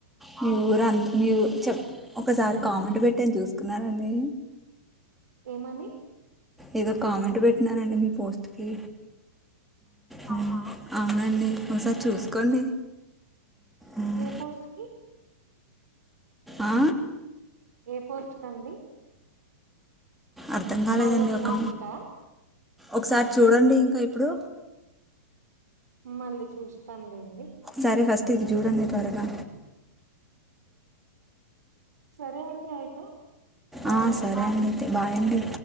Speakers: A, in the centre; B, on the right.
A: మీ ఊరు అంత్ మీ ఊరు చెప్ ఒకసారి కామెంట్ పెట్టాను చూసుకున్నారండి
B: ఏమని
A: ఏదో కామెంట్ పెట్టినానండి మీ పోస్ట్ కి అవునా అవునండి ఒసారి చూసుకోండి ఉమ్.
B: ఏ పోస్ట్ కి
A: ఆ
B: ఏ పోస్ట్ కండి
A: అర్థం కాలేదండి
B: మా ఊరి
A: ఒక
B: పోస్ట్ కా
A: ఒకసారి చూడండి ఇంకా ఇప్పుడు
B: మళ్ళీ చూస్తానులేండి
A: సరే ఫస్ట్ ఇది చూడండి త్వరగా
B: సరే అండి అయితే బాయ్
A: ఆ సరే అండి బాయ్ అండి